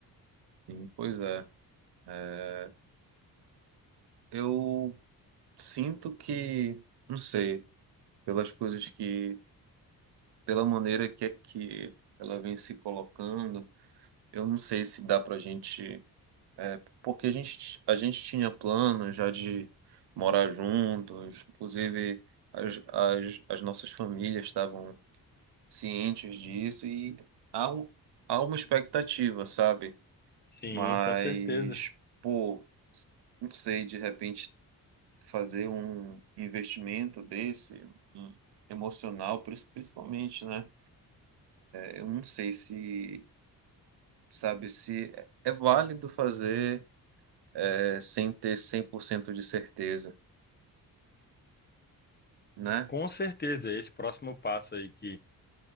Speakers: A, on the right (about 85°); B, on the left (about 25°).
A: sim. Pois é. É, eu sinto que, não sei. pelas coisas que, pela maneira que, é que ela vem se colocando. Eu não sei se dá pra gente, é, porque a gente, a gente tinha planos já de morar juntos, inclusive as, as, as nossas famílias estavam cientes disso e há, um- há uma expectativa, sabe?
B: Sim,
A: Mas,
B: com certeza.
A: pô, não sei, de repente fazer um investimento desse, um um, emocional, prin- principalmente, né? Eu não sei se, sabe, se é válido fazer é, sem ter 100% de certeza, né?
B: Com certeza, esse próximo passo aí que,